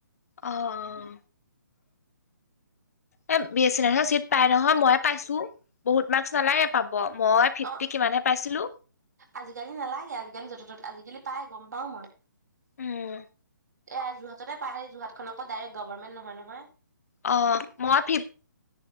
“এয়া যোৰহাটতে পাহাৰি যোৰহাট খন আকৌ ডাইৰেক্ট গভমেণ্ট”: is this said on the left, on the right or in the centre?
Right